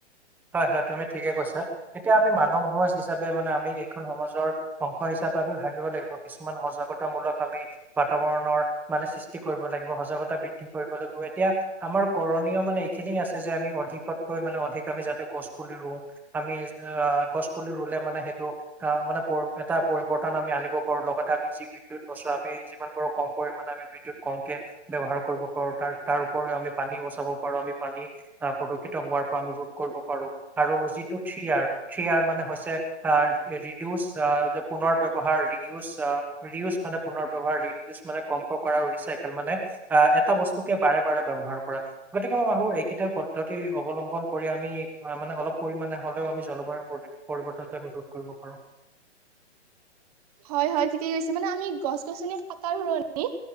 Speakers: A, in the centre; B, on the right.
A: হয়, হয় তুমি ঠিকে কৈছা এতিয়া আমি মানৱ সমাজ হিচাপে মানে আমি এইখন সমাজৰ অংশ হিচাপ চাপে আমি ভাবিব লাগিব কিছুমান সজাগতাামূলক আমি বাতাবৰণৰ মানে সৃষ্টি কৰিব লাগিব, সজাগত গতা বৃদ্ধি কৰিব লাগিব এতিয়া আমাৰ কৰণীয় মানে এইখিনি আছে যে আমি অধিকতকৈ মানে অধিক আমি যাতে গছ পুলি ৰুও, আমি অ', গছ পুলি ৰুলে মানে সেইটো অ', মানে প' এটা পৰিৱৰ্তন আমি আনিব পাৰোঁ লগতে আমি যি বিদ্যুৎ বচাও আমি যিমান পাৰোঁ কম পৰিমাণে আমি বিদ্যুৎ কমকে ব্যৱহাৰ কৰিব পাৰোঁ তাৰ তাৰ ওপৰি আমি পানী বচাব পাৰোঁ আমি পানী অহ, প্ৰদূষিত হোৱাৰ পৰা আমি কৰিব পাৰোঁ আৰু যিটো থ্ৰি আৰ, থ্ৰি আৰ মানে হৈছে অ', ৰিডিউছ অ' পুনৰ ব্যৱহাৰ, ৰিউজ, ৰিউজ মানে পুনৰ ব্যৱহাৰৰ, ৰিডিউজ মানে কমকে কৰা আৰু ৰিচাইকেল মানে অহ, এটা বস্তুকে বাৰে বাৰে ব্যৱহাৰ কৰা গতিকে মই ভাবো এইকেইটা পদ্ধতি অৱলম্বন কৰি আমি মানে অলপ পৰিমাণে হ'লেও আমি জলবায়ুৰ পৰি পৰিৱৰ্তন ৰোধ কৰিব পাৰো
B: হয় হয় ঠিকেই কৈছে মানে আমি গছ গছনি কাটাৰ সলনি